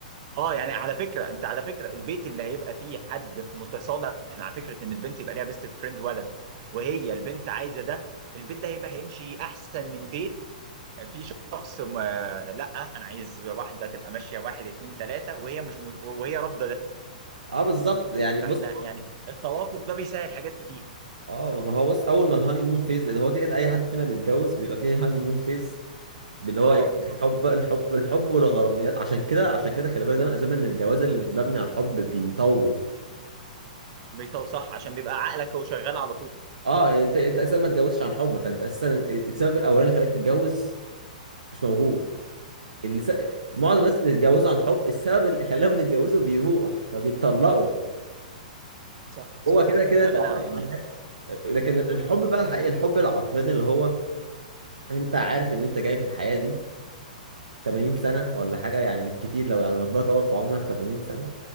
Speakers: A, on the right; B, on the right.
A: اه يعني على فكره انت على فكره البيت اللي هيبقى فيه حد متصالح مع فكره ان البنت يبقى ليها بيست فريند ولد وهي البنت عايزه ده البيت ده هيبقى هيمشي احسن من بيت فيه شخص ما لا انا عايز واحده تبقى ماشيه واحد اتنين تلاته وهي مش مش- وهي رافضه ده
B: اه بالظبط يعني
A: فاحنا
B: بص
A: يعني التوافق ده بيسهل حاجات كتير
B: اه ما هو بص اول ما الهاني مون فيز لان هو كده كده اي حد فينا بيتجوز بيبقى فيه هاني مون فيز اللي هو
A: اه
B: ايه
A: بالظبط
B: الحب الحب الحب والغراميات عشان كده عشان كده خلي بالك ده من اسباب ان الجواز اللي مش مبني على الحب بيطول
A: بيطو- صح عشان بيبقى عقلك هو شغال على طول
B: اه يعني انت انت اساسا ما تتجوزش عن حب فانت اساسا السبب الاولاني اللي خلاك تتجوز مش موجود اللي س... معظم
A: صح
B: الناس اللي بيتجوزوا عن حب السبب اللي خلاهم يتجوزوا بيروح فبيتطلقوا
A: صح صح
B: هو كده كده
A: بامانه
B: انت عمرك
A: يعني
B: ما هتحس لكن الحب بقى الحقيقي الحب العقلاني اللي هو انت عارف ان انت جاي في الحياة دي 80 سنة ولا حاجة يعني بالكتير لو يعني ربنا طول في عمرك 80 سنة